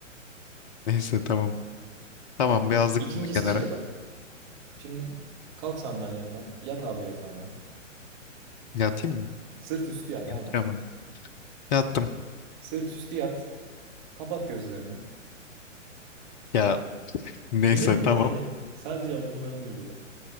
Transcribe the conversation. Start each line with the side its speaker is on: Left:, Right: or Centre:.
Left: Neyse tamam. Tamam
Right: Bak
Left: birazcık
Right: ik- ikincisi
Left: bunu kenara.
Right: şey bak. Şimdi kalk sandalyenden yat abi yatağına.
Left: Yatayım mı?
Right: Sırt üstü yat aynen.
Left: Yatıyorum abi. Yattım.
Right: Sırt üstü yat. Kapat gözlerini.
Left: Ya neyse
Right: Beni dinle
Left: tamam.
Right: beni. Sadece adımlarımı uygula.